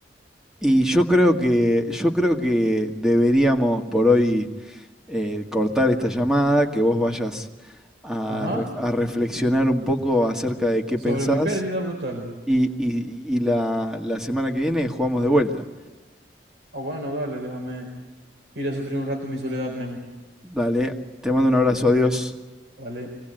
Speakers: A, in the centre; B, on the right.
A: Y yo creo que, yo creo que deberíamos por hoy eh, cortar esta llamada, que vos vayas a,
B: Ajá,
A: ref- a reflexionar un poco acerca de qué
B: sobre
A: pensás
B: mi pérdida brutal.
A: y, y- y la, la semana que viene jugamos de vuelta.
B: Ah, bueno, dale, déjame ir a sufrir un rato mi soledad, men.
A: Dale, te mando un abrazo, adiós.
B: Dale.